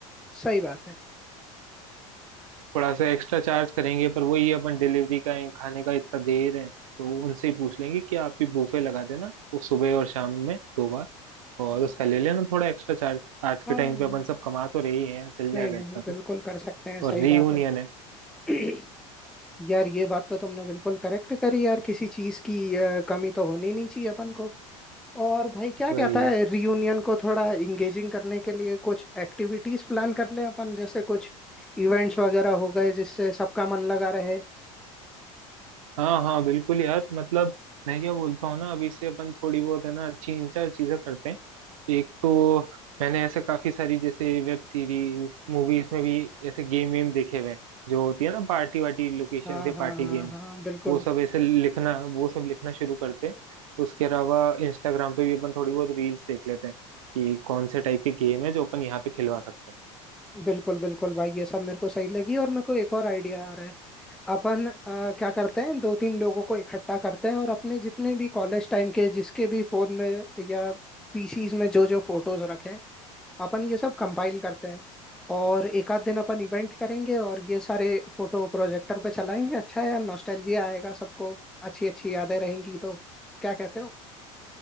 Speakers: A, in the centre; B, on the right.
A: सही बात है
B: थोड़ा सा एक्स्ट्रा चार्ज करेंगे पर वही अपन डिलीवरी का खाने का इतना दे रहे हैं तो उनसे ही पूछ लेंगे कि आप भी बूफे लगा देना वो सुबह और शाम में दो बार और उसका ले लेना थोड़ा एक्स्ट्रा चार्ज आज के
A: हाँ
B: टाइम पे अपन
A: हाँ,
B: सब कमा तो रहे ही हैं चल
A: नहीं
B: जाएगा
A: नहीं
B: इतना
A: बिल्कुल
B: तो
A: कर सकते हैं सही
B: और रीयूनियन
A: बात है
B: है
A: <clears throat> यार ये बात तो तुमने बिल्कुल करेक्ट करी यार किसी चीज की अ, कमी तो होनी नहीं चाहिए अपन को और भाई क्या
B: भाई
A: कहता है रियूनियन को थोड़ा इंगेजिंग करने के लिए कुछ एक्टिविटीज प्लान कर लें अपन जैसे कुछ इवेंट्स वगैरह हो गए जिससे सबका मन लगा रहे
B: हाँ हाँ बिल्कुल यार मतलब मैं क्या बोलता हूँ ना अभी से अपन थोड़ी बहुत है ना अच्छी इन चार चीजें करते हैं एक तो मैंने ऐसे काफी सारी जैसे वेब सीरीज मूवीज में भी ऐसे गेम वेम देखे हुए हैं जो होती है ना पार्टी वार्टी लोकेशन
A: हाँ
B: से
A: हाँ
B: पार्टी
A: हाँ
B: गेम्स
A: हाँ बिल्कुल
B: वो सब ऐसे लिखना वो सब लिखना शुरू करते हैं उसके अलावा इंस्टाग्राम पे भी अपन थोड़ी बहुत रील्स देख लेते हैं कि कौन से टाइप की गेम है जो अपन यहाँ पे खिलवा सकते हैं
A: बिल्कुल बिल्कुल भाई ये सब मेरे को सही लगी और मेरे को एक और आइडिया आ रहा है अपन अ, क्या करते हैं दो तीन लोगों को इकट्ठा करते हैं और अपने जितने भी कॉलेज टाइम के जिसके भी फोन में या पीसीज में जो जो फोटोज रखे हैं अपन ये सब कंपाइल करते हैं और एक आध दिन अपन इवेंट करेंगे और ये सारे फोटो प्रोजेक्टर पे चलाएंगे अच्छा है यार नॉस्टैल्जिया आएगा सबको अच्छी अच्छी यादें रहेंगी तो क्या कहते हो